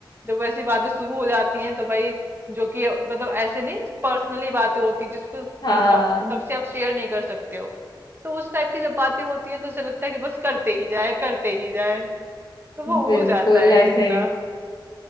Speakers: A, on the right; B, on the left.
A: जब वैसी बातें शुरू हो जाती हैं तो भाई जो कि मतलब ऐसे नहीं पर्सनली बातें होती जिसको कि
B: हाँ
A: सब- सबसे आप शेयर नहीं कर सकते हो तो उस टाइप की जब बातें होती हैं तो ऐसा लगता है कि बस करते ही जाए करते ही जाए तो वो
B: बिल्कुल
A: हो जाता है
B: ऐसे
A: इतना